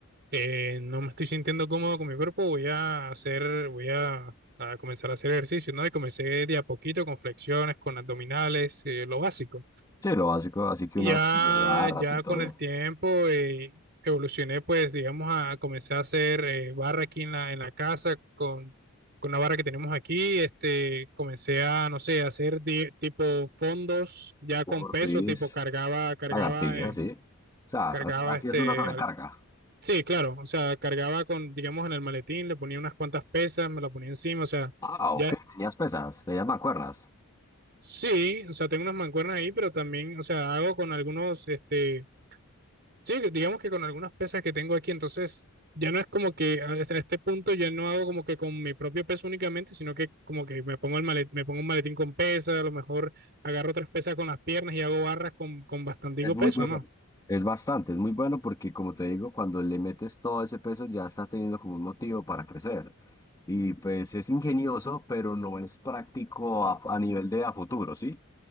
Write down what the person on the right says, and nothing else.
eh, no me estoy sintiendo cómodo con mi cuerpo, voy a hacer, voy a, a comenzar a hacer ejercicio, ¿no? Y comencé de a poquito con flexiones, con abdominales, eh, lo básico.
Y
Ya,
ya
con el tiempo eh, evolucioné, pues, digamos, a, comencé a hacer eh, barra aquí en la, en la casa con, con la barra que tenemos aquí. Este, comencé a, no sé, a hacer di- tipo fondos ya con
peso, tipo cargaba, cargaba,
eh,
cargaba
este,
al- sí, claro, o sea, cargaba con, digamos, en el maletín, le ponía unas cuantas pesas, me la ponía encima, o sea,
ya,
sí, o sea, tengo unas mancuernas ahí, pero también, o sea, hago con algunos, este Sí, que digamos que con algunas pesas que tengo aquí, entonces ya no es como que a- hasta este punto ya no hago como que con mi propio peso únicamente, sino que como que me pongo el malet- me pongo un maletín con pesas, a lo mejor agarro otras pesas con las piernas y hago barras con, con bastantico
peso,
¿no?